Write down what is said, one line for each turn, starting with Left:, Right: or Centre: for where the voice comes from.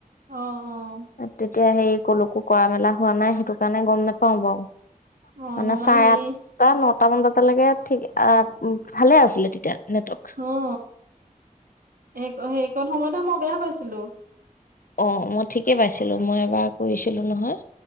Right: অ, অ।
Left: তেতিয়া সেই কলকো কৰা মেলা হোৱা নাই সেইটো কাৰণে গম নোপাও বাও।
Right: অ
Left: মানে
Right: মই
Left: চাৰে
Right: সেই
Left: আঠটা নটা মান বজালৈকে ঠিকে এ ভালে আছিলে তেতিয়া। নেটৱৰ্ক
Right: অ সেইকন সেইকণ সময়তে মই বেয়া পাইছিলো।
Left: অ মই ঠিকেই পাইছিলোঁ মই এবাৰ কৰিছিলোঁ নহয়।